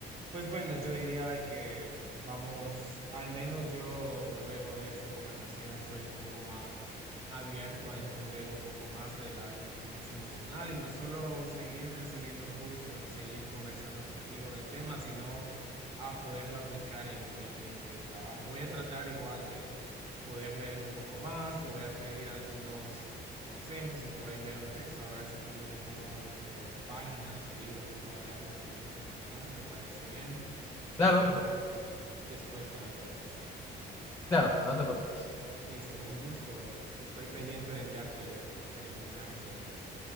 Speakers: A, on the right; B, on the left.
A: Pues bueno, yo diría de que vamos, al menos yo luego de esta conversación estoy un poco más abierto a entender un poco más de la inteligencia emocional y no solo seguir recibiendo cursos y seguir conversando contigo del tema, sino a poderlo aplicar en mi ambiente de trabajo. Voy a tratar igual de poder leer un poco más, te voy a pedir algunos consejos y te voy a enviar un texto a ver si tienes algunas páginas o libros que pueda leer de inteligencia emocional. Si te parece bien, seguiríamos
B: Claro,
A: después con la conversación.
B: Claro, no te preocupes.
A: Listo, un gusto. Estoy pendiente de enviarte el mensaje sobre eso.